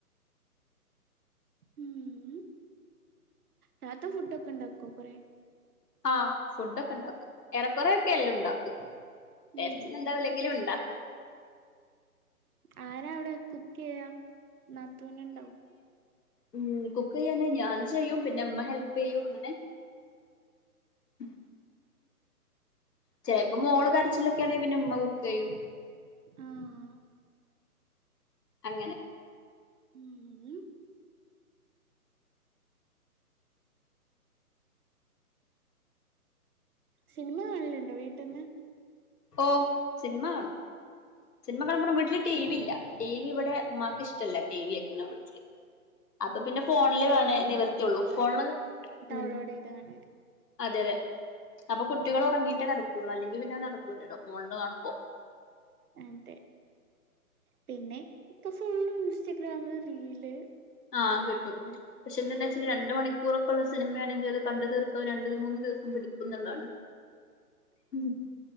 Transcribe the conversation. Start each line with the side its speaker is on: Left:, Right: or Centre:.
Right: ഉം താത്ത ഫുഡക്കെ ഉണ്ടാക്കോ കൊറെ
Left: ആഹ ഫുഡ ഒക്കെ ഉണ്ടാക്കും ഏറെക്കുെ റെ ഒക്കെ എല്ലാം ഉണ്ടാക്കും ടെസ്റ്റ
Right: ഉം
Left: ഉണ്ടാവില്ലെങ്കിലും ഉണ്ടാ
Right: ആരാ അവിടെ കുക്ക് യ്യ നാത്തൂന് ഉണ്ടാവും
Left: ഉ കുക്ക് ചെയ്യാന ഞാൻ ചെയ്യും പിന്നെ ഇമ്മ ഹെൽപ് ചെയ്യും അങ്ങനെ ഉ ചില ഇപ്പ മോള് കരച്ചിലൊക്കെയാണെ പിന്നെ ഉമ്മ കുക്ക് ചെയ്യൂ
Right: ആഹ
Left: അങ്ങനെ
Right: ഉം സിനിമ കാണലുണ്ടോ വീട്ടന്ന്
Left: ഓ സിനിമ കാണുംസിനിമ വീട്ടില് ടി
Right: ഉം
Left: വി ഇല്ല ടി വി ഇവിടെ മാക്കിഷ്ടല്ല ടി വി വെക്ക്ണ വീട്ടില് അപ്പൊ പിന്നെ ഫോണില് വണേ നിവർത്തിയള്ളൂ ഫോണില്
Right: ഡൗൺലോഡ്
Left: ഉ
Right: ചെയ്ത് കാണാൻ
Left: അതെ അതെ അപ്പൊ കുട്ടികൾ
Right: ഉം
Left: ഉറങ്ങിയിട്ടേ നടക്കുള്ളൂ അല്ലെങ്കിൽ പിന്ന നടക്കൂലടോ ഫോണില് കാണുമ്പോ
Right: അത പിന്നെ ഇപ്പൊ ഫോ ഇൻസ്റ്റഗ്രാമ റീല്
Left: ആഹ
Right: അതന്നെല്ലേ
Left: കിട്ടും പക്ഷെന്താ രണ്ട്മണിക്കൂറൊക്കെള്ള സിനിമയാണെങ്കിൽ അത് കണ്ടു തീർക്കാ രണ്ട മൂന്ന്ു ദിവസം പിടിക്കുന്നുതാണ് ഉ